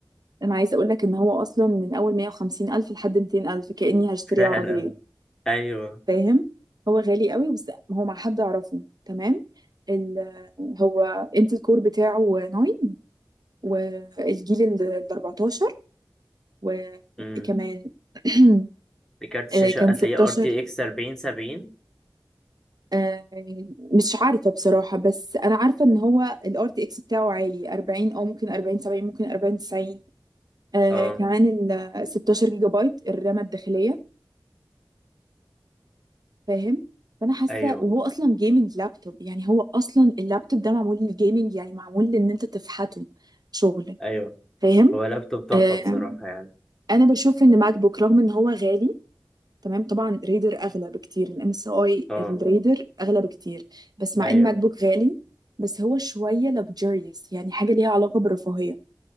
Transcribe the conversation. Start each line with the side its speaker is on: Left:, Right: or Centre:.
Right: انا عايزه اقول لك ان هو اصلا من اول 150 الف لحد 200 الف كاني هشتري
Centre: <laughs> فعلا
Right: عربيه
Centre: ايوه
Right: فاهم هو غالي قوي بس هو مع حد اعرفه تمام ال هو انت الكور بتاعه ناين والجيل ال 14 وكمان
Centre: امم
Right: <clears throat>
Centre: كارت الشاشه
Right: آه، كان
Centre: هتلاقيه
Right: 16
Centre: ار تي اكس 40 70
Right: آه، مش عارفة بصراحة بس أنا عارفة إن هو ال RTX بتاعه عالي 40 أو ممكن 40 70 ممكن 40 90 آه
Centre: اه
Right: كمان ال 16 جيجا بايت الرامة الداخلية فاهم فأنا حاسة
Centre: ايوه
Right: وهو أصلا جيمنج لابتوب يعني هو أصلا اللابتوب ده معمول للجيمنج يعني معمول لإن أنت تفحته شغل
Centre: ايوه
Right: فاهم
Centre: هو لابتوب تحفه
Right: آه
Centre: بصراحه يعني
Right: أنا بشوف إن ماك بوك رغم إن هو غالي تمام طبعا ريدر اغلى بكتير الام اس اي
Centre: اه
Right: الريدر اغلى بكتير بس مع
Centre: ايوه
Right: ان ماك بوك غالي بس هو شويه luxurious يعني حاجه ليها علاقه بالرفاهيه